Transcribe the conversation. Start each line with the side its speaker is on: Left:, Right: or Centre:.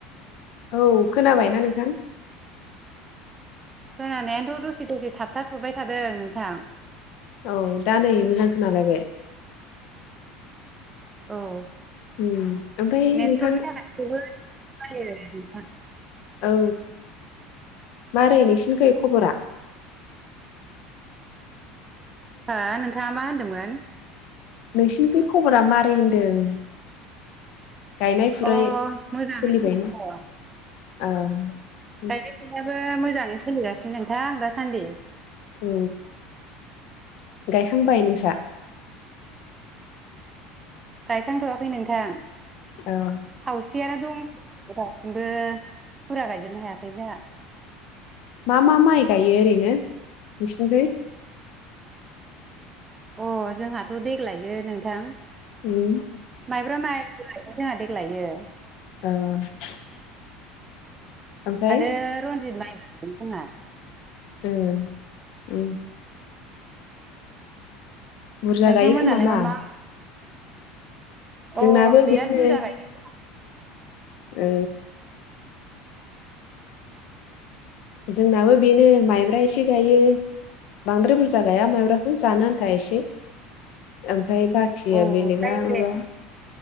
Left: औ खोनाबायना नोंथां
Right: खोनानायाथ दसे दसे थाबथा थबाय थादों नोंथां
Left: औ दा नै मोजां खोनालायबाय
Right: <unintelligible>
Left: उम ओमफ्राय नोंथां औ मारै नोंसिनिखै खबरा
Right: हो नोंथाङा मा होनदोंमोन
Left: नोंसिनिखै खबरा मारै होनदों गायनाय फुनाय
Right: अ मोजाङैनो
Left: सोलिबायना
Right: दङ
Left: ओ
Right: गायनाय फुनायाबो मोजांङै सोलिगासिनो नोंथांं दासान्दि
Left: औ गायखांबाय नोंसा
Right: गायखांथवाखै नोंथां
Left: औ
Right: खावसेयानो दं दासिमबो फुरा गायजोबनो हायाखै जोंहा।
Left: मा-मा माइ गायो ओरैनो नोंसिनिखै?
Right: अ जोंहाथ' देग्लायो नोंथां
Left: उम
Right: माइब्रा माइबो <unintelligible> जोंहा देग्लायो।
Left: औ। ओमफ्राय
Right: आरो रनजित माइबो जोंहा।
Left: उम-उम। बुरजा
Right: नोंथांमोनालाय
Left: गायो खोमा ना
Right: मा-मा अ
Left: जोंनाबो
Right: बिराद
Left: बेनो
Right: बुरजा गायदों।
Left: ओ जोंनाबो बेनो माइब्रा ओमफ्राय एसे गायो बांद्राय बुरजा गाया माइब्राखौ जानो आन्था एसे। ओमफ्राय बाखिया
Right: औ
Left: बेलेगा
Right: जायो
Left: माबा
Right: दे